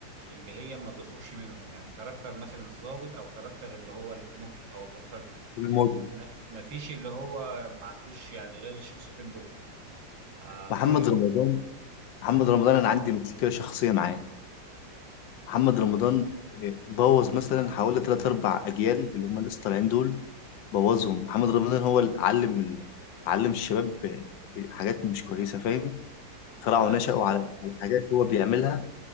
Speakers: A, on the right; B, on the left.
A: اللي هي ما بيخرجش منهم يعني كاركتر مثلا الضابط او كاركتر اللي هو المجرم او البلطجي
B: الموضوع
A: ما ما فيش اللي هو ما عندوش يعني غير الشخصيتين دول آه
B: محمد
A: كل م...
B: رمضان محمد
A: آه
B: رمضان أنا عندي مشكلة شخصية معاه محمد رمضان آه، بوظ مثلا حوالي ثلاث أربع أجيال اللي هم لسه طالعين دول بوظهم محمد رمضان هو اللي علم ال- علم الشباب آه، حاجات مش كويسة فاهم؟ طلعوا
A: أنا فاهمك
B: نشأوا
A: اه
B: على على حاجات هو بيعملها